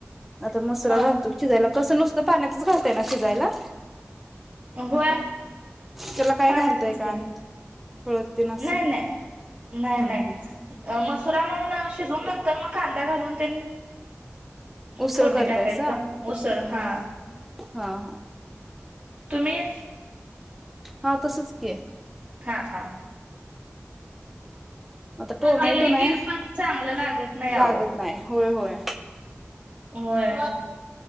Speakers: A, in the centre; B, on the right (about 30°).
A: आता मसुरा
B: हा.
A: घालतो शिजायला कस नसत पण पाण्यातच घालताय ना शिजायला.
B: होय.
A: त्याला काय
B: पाण्यातच
A: घालताय का
B: की,
A: आणि हळद तेन असं
B: नाही नाही नाही
A: हम्म
B: नाही,
A: हम्म
B: मसुरा मव ना शिजवून नंतर मग कांदा घालून तेन
A: उसळ
B: फोडणी
A: करतायसा
B: टाकायचं, उसळ हा
A: हा हा.
B: तुम्ही
A: हा तसच की!
B: हा हा
A: आता टोमॅटो
B: ते लई
A: नाही
B: गिर पण चांगलं लागत नाही आहो,
A: लागत नाही होय होय
B: होय.